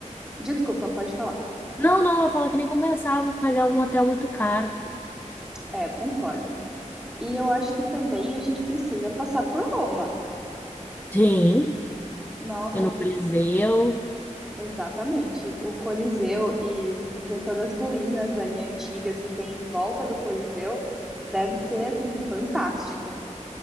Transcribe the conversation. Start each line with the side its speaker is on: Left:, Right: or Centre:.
Centre: desculpa, pode falar.
Left: Não, não, eu falo que nem compensava pagar um hotel muito caro.
Centre: É, concordo. E eu acho que também a gente precisa passar por Roma.
Left: Sim,
Centre: Nossa,
Left: E no Coliseu.
Centre: exatamente. O Coliseu e ver todas as ruínas ali antigas que tem em volta do Coliseu deve ser assim fantástico.